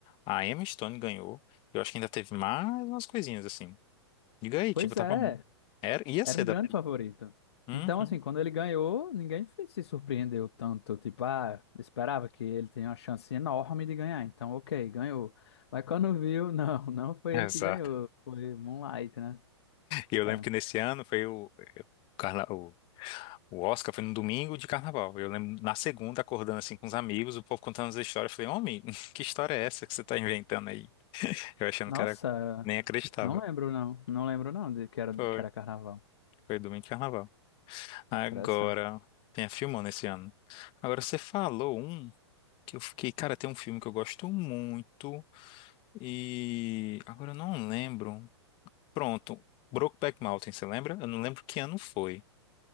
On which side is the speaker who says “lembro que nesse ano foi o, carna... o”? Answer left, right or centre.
Left